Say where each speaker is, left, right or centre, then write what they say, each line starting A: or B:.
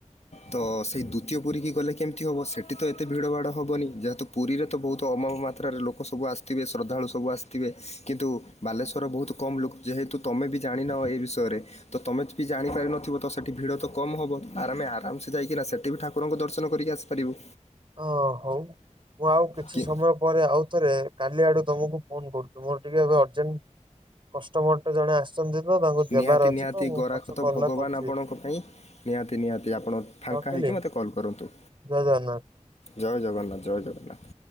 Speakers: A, on the left (about 60°); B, on the right (about 40°).
A: ତ ସେଇ ଦ୍ଵିତୀୟ ପୁରୀ କି ଗଲେ କେମିତି ହବ? ସେଠି ତ ଏତେ ଭିଡ଼ ଭାଡ଼ ହବନି। ଯେହେତୁ ପୁରୀରେ ତ ବହୁତ ଅମବ ମାତ୍ରାରେ ଲୋକ ସବୁ ଆସିଥିବେ, ଶ୍ରଦ୍ଧାଳୁ ସବୁ ଆସିଥିବେ। କିନ୍ତୁ ବାଲେଶ୍ୱର ବହୁତ କମ୍ ଲୋକ ଯେହେତୁ ତମେ ବି ଜା ଜାଣିନ ଏ ବିଷୟରେ। ତ ତମେ ବି ଜାଣି ପାରିନଥିବ ତ ସେଠି ଭିଡ଼ ତ କମ ହବ। ଆରେ ଆରାମ ସେ ଯାଇକିନା ସେଠି ବି ଠାକୁରଙ୍କୁ ଦର୍ଶନ କରିକ ଆସି ପାରିବୁ।
B: ଓଃ ହଉ। ମୁଁ ଆଉ କିଛି
A: କି
B: ସମୟ ପରେ ଆଉ ଥରେ କାଲି ଆଡ଼ ତମକୁ ଫୋନ କରୁଛି। ମୋର ଟିକେ ଏବେ ଅର୍ଜେଣ୍ଟ କଷ୍ଟମର ଟେ ଜଣେ ଆସିଛନ୍ତି ତ ତାଙ୍କୁ ଦେବାର
A: ନିହାତି
B: ଅଛି
A: ନିହାତି
B: ତ ମୁଁ
A: ଗରାଖ
B: ପଛେ
A: ତ
B: କଲଟା
A: ଭଗବାନ
B: କରୁଛି
A: ଆପଣଙ୍କ ପାଇଁ। ନିହାତି ନିହାତି ଆପଣ ଫାଙ୍କା
B: ରଖିଲି।
A: ହେଇକି ମୋତେ କଲ୍ କରନ୍ତୁ।
B: ଜୟ ଜଗନ୍ନାଥ।
A: ଜୟ ଜଗନ୍ନାଥ ଜୟ ଜଗନ୍ନାଥ।